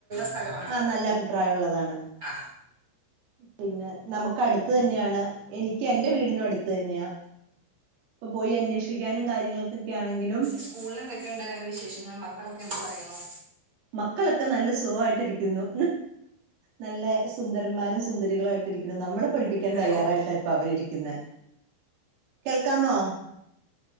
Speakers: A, on the right; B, on the right.
A: സ്ഥലമാണോ
B: ആഹ് നല്ല അഭിപ്രായം ഉള്ളതാണ്
A: ആ
B: പിന്നെ നമുക്ക് അടുത്ത് തന്നെയാണ് എനിക്ക് എൻറെ വീടിനും അടുത്ത് തന്നെയാ ഇപ്പൊ പോയി അന്വേഷിക്കാനും കാര്യങ്ങൾക്കൊക്കെ ആണെങ്കിലും
A: സ്കൂളിൽ എന്തൊക്കെയുണ്ട് വേറെ വിശേഷങ്ങൾ മക്കളൊക്കെ എന്തന്ത് പറയുന്നു
B: മക്കളൊക്കെ നല്ല സുഖായിട്ടിരിക്കുന്നു നല്ല സുന്ദരന്മാരും സുന്ദരികളും ആയിട്ടി ഇരിക്കണം നമ്മളെ പഠിപ്പിക്കാൻ
A: ഹലോ
B: തയ്യാറായിട്ടായി ഇ അവരിരിക്കുന്ന കേൾക്കാമോ